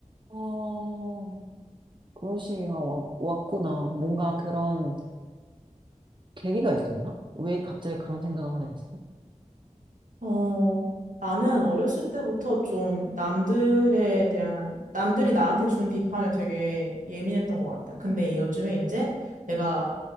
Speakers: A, on the right; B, on the right.
A: 어, 그런 시기가 왔, 왔구나. 뭔가 그런 계기가 있었나? 왜 갑자기 그런 생각을 하게 됐어?
B: 어, 나는 어렸을 때부터 좀 남들에 대한, 남들이 나한테 주는 비판에 되게 예민했던 것 같아. 근데 요즘에 이제 내가